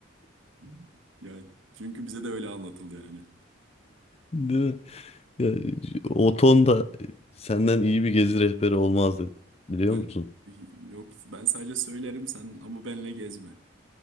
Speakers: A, on the right (about 75°); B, on the left (about 30°).
A: <laughs> Ya çünkü bize de öyle anlatıldı yani.
B: Değil mi? Yani, o ton da senden iyi bir gezi rehberi olmazdı. Biliyor
A: Ben
B: musun?
A: <laughs> yok ben sadece söylerim sen ama benle gezme.